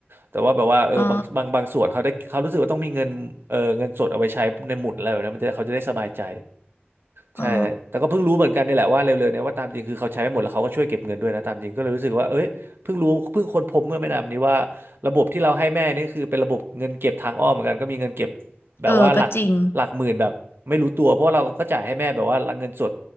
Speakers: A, on the right; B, on the left.
A: แต่ว่าแบบว่าเออบางบางบางส่วนเขาได้เขารู้สึกว่าต้องมีเงินเออเงินสดเอาไว้ใช้ในหมุนอะไรแบบนั้นมันจะเขาจะได้สบายใจ
B: อ๋ออ๋อ
A: ใช่แต่ก็เพิ่งรู้เหมือนกันนี่แหละว่าเร็วๆเนี่ยว่าตามจริงคือเขาใช้ไม่หมดแล้วเขาก็ช่วยเก็บเงินด้วยนะตามจริงก็เลยรู้สึกว่าเอ้ยเพิ่งรู้เพิ่งค้นพบเมื่อไม่นานนี้ว่าระบบที่เราให้แม่นี่คือเป็นระบบเงินเก็บทางอ้อมเหมือนกันก็มีเงินเก็บแบบว่าหลักหลักหมื่นแบบไม่รู้ตัวเพราะว่าเราก็จ่ายให้แม่แบบว่าเงินสด
B: เออก็จริง